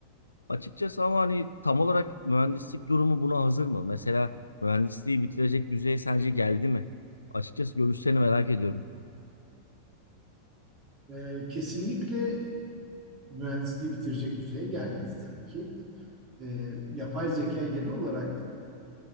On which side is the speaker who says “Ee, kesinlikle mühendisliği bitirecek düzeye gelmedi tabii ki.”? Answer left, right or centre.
Right